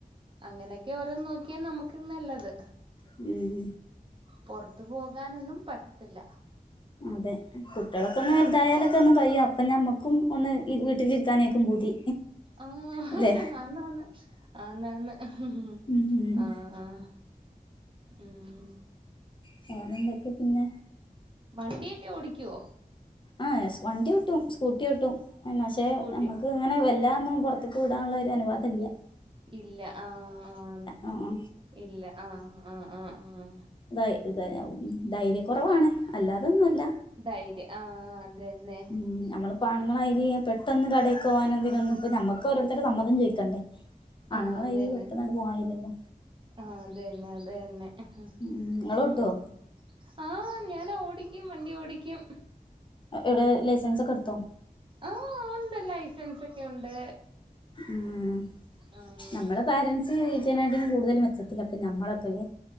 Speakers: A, on the right; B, on the left.
A: അങ്ങനെയൊക്കെ ഓരോന്ന് നോക്കിയാ നമ്മക്കും നല്ലത്.
B: ആഹ് ഉം
A: പൊറത്തു പോകാനൊന്നും പറ്റത്തില്ല
B: അതെ. കുട്ട്യാളൊക്കെ ഒന്ന് വലുതായാല്
A: ആഹ്
B: ക്കേ ഒന്ന് കയ്യും. അപ്പ ഞമ്മക്കും ഒന്ന് ഈ വീട്ടിലിരിക്കാനേര്ക്കും പൂതി.
A: ആഹ്
B: അല്ലെ
A: ആന്നാആന്ന് ആന്നാആന്ന്. ആഹ്
B: ഉം
A: ആഹ് ഉം ഉം.
B: വേറെന്തൊക്കെ പിന്നെ?
A: വണ്ടിയെക്കെ ഓടിക്ക്വോ?
B: ആഹ് യെസ്. വണ്ടി ഓട്ടും സ്കൂട്ടി ഓട്ടും. എന്ന പക്ഷേ
A: സ്കൂട്ടി
B: നമ്മക്ക് അങ്ങനെ വല്ലാതൊന്നും പൊറത്തേക്ക് വിടാനുള്ള ഒരു അനുവാദല്ല്യാ.
A: ഇല്ല. ആഹ് ആഹ്.
B: ആ ആ.
A: ഇല്ല. ആഹ് ആഹ് ആഹ് ആഹ്.
B: ഇതായി ഇതായി. ധൈര്യക്കൊറവാണ്. അല്ലാതൊന്നു അല്ല.
A: ധൈര്യ ആഹ് അതന്നെ.
B: ഉം ഞമ്മള്. പ്പ ആണുങ്ങളായിരി പെട്ടന്ന് കടയിക്ക് പോവാനും ഇതിനനൊന്ന്ക്കും ഞമ്മക്കും ഓരോരുത്തരുടെ സമ്മതം ചോയിക്കണ്ടേ? ആണുങ്ങള
A: ആഹ് അതന്നെ
B: മായ്രി പെട്ടെന്ന് അങ്ങ്ട് പോവാൻകയില്ലല്ലോ.
A: ആഹ്. അത് തന്നെ. അത് തന്നെ
B: ഉം നിങ്ങള്
A: ഉം.
B: ഓട്ടുവോ
A: ആഹ് ഞാൻ ഓടിക്കും. വണ്ടി ഓടിക്കും.
B: എവടെ ലൈസൻസ് ഒക്കെടുത്തോ?
A: ആഹ് ഉണ്ട് ലൈസൻസൊക്കെ ഉണ്ട്.
B: ഉം.
A: ആഹ്
B: നമ്മളെ പാരൻ സ് ജീവിച്ചേനാട്ടിം കൂടുതലും മെച്ചത്തിലാപ്പ ഞമ്മളൊക്കെല്ലേ?